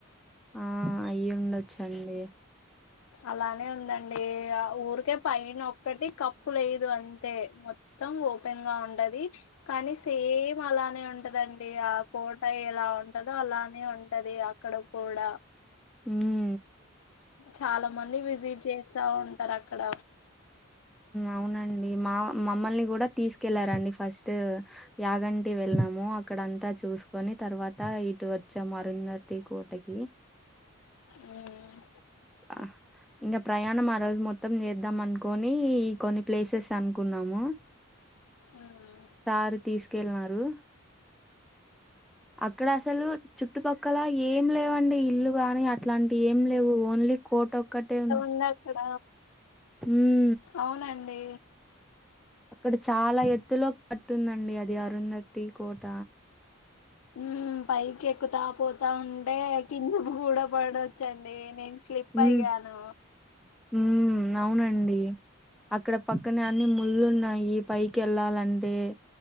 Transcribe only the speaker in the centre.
ఆ అయి ఉండొచ్చండి
ఉం
అవునండి మా మమ్మల్ని కూడా తీసుకెళ్లారండి ఫస్ట్ యాగంటి వెళ్ళము అక్కడంతా చూసుకొని తర్వాత ఇటు వచ్చాము అరుంధతి కోటకి
ఆ ఇంకా ప్రయాణం ఆ రోజు మొత్తం చేద్దాం అనుకోని ఈ కొన్ని ప్లేసెస్ అనుకున్నాము
సారు తీసుకెల్లిన్నారు అక్కడ అసలు చుట్టుపక్కల ఏం లేవండి ఇల్లు గాని అట్లాంటి ఏం లేవు ఓన్లీ కోట ఒక్కటే ఉన్నా
మ్
ఇక్కడ చాలా ఎత్తులో కట్టుందండి అది అరుంధతి కోట
ఉమ్
ఉమ్ అవునండి అక్కడ పక్కనే అన్ని ముళ్ళు ఉన్నాయి పైకి వెళ్ళాలంటే